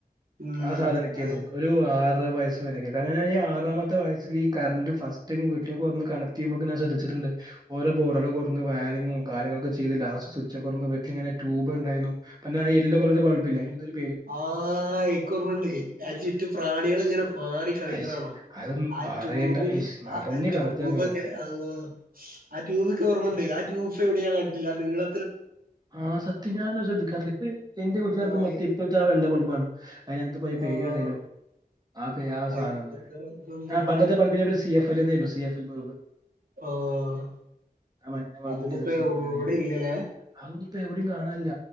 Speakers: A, on the right (about 65°); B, on the right (about 25°).
A: ഉം
B: ആ സാധനൊക്കെയാ
A: അതെ
B: നോക്ക ഒരു ആറ് വയസ് വരെയൊക്കെ കാരണം ഈ ആറാമത്തെ വയസ്ൽ ഈ കറണ്ട് ഫസ്റ്റ് ടൈം വീട്ടിലേക്ക് വന്ന് കണ റ്റിയുമൊക്കെ ഞാൻ ശ്രദ്ധിച്ചിട്ടുണ്ട് ഓരോ ബോർഡളൊക്കെ കൊടന്ന് വയറിങ്ങും കാര്യങ്ങളൊക്കെ ചെയ്ത് ലാസ്റ്റ് സ്വിച്ച് വെക്കെറുമ്പോ വീട്ടിൽ ഇങ്ങനെ ട്യൂബ് ഉണ്ടായിരുന്നു പിന്നെ ആ യെല്ലോ കളർ ബൾബില്ലേ അതിനെന്തൊരു
A: ആഹ് എനിക്കോർമ്മുണ്ട് അതിനു ചുറ്റു പ്രാണികൾ ഇങ്ങനെ പാറി കളിക്കണാണ
B: അയ്‌ശ് അതൊന്നും
A: ആ
B: പറയണ്ട.
A: ട്യൂബും
B: ഇശ് നറഞ്ഞ്
A: ആ ട്യൂബൊക്കെ
B: കെടക്കാ കാനം.
A: അല്ലോ ആ ട്യൂബൊക്കെ ഓർമ്മുണ്ട് ആ ട്യൂബ് ഇപ്പം എവിടെ ഞാൻ കണ്ടിട്ടില്ല ആ നീള
B: ആഹ് സത്യം ഞാൻ ശ്രദ്ധിക്കാറില്ല ഇപ്പം എന്റെ വീട്ടിലൊക്കെ
A: ആഹ്
B: മറ്റേ ഇപ്പഴത്തെ ആ വെള്ള ബൾബാണ് അയ്ന് എന്താപ്പോ
A: ആഹ്
B: പേര് പറയോലോ ആ പേര് ആ
A: അയിത്തത്തെ
B: സാനാ എന്ന് പറയും
A: ഇതെന്താപ്പോ
B: ആഹ് പണ്ടത്തെ ബൾബിൻ്റെ പേര് സി എഫ് എൽ എന്നായിരുന്നു സി എഫ് എൽ ബൾബ്
A: ഓഹ്
B: ആ മഞ്ഞ ബൾബിന്റെ
A: അതൊന്നിപ്പം
B: പേര് സി
A: എവിടെ
B: എഫ് എൽ എന്നായിരുന്നു.
A: ഇല്ലലേ
B: അതൊന്നും ഇപ്പം എവിടെയും കാണാല്ല